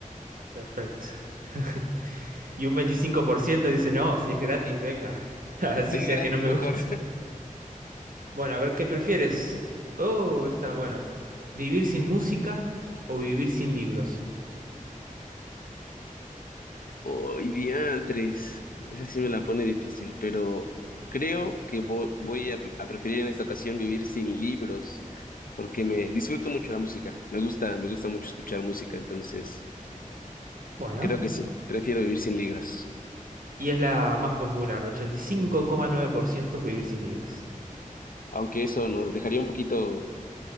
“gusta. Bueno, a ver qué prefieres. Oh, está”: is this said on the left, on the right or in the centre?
Right